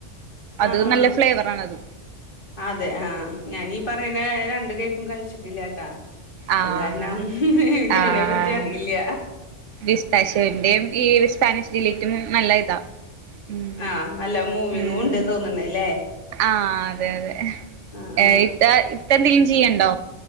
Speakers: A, on the right; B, on the left.
A: അത്
B: ആഹ് ആഹ്
A: നല്ല ഫ്ലേവറാണ് അത്
B: അതെ ആ ഞാനീ പറയണ രണ്ട് കേ കഴിച്ചിട്ടില്ലാട്ടാ
A: ആഹ്
B: അത് കാരണം എനിക്കയിനെ
A: ആഹ്
B: പറ്റി അറിയില്ല
A: പിസ്താശ്യോന്റെയും ഈ സ്പാനിഷ് ഡിലേറ്റും നല്ല ഇതാ ഉം
B: ആ നല്ല മൂവവിങ്ങുണ്ട്ന്ന്
A: ഉം
B: തോന്നണല്ലേ
A: ആഹ് അതെ അതെ
B: ആ ആ
A: ഇത്ത <unintelligible> എന്തെങ്കിലും ചെയ്യണ്ടോ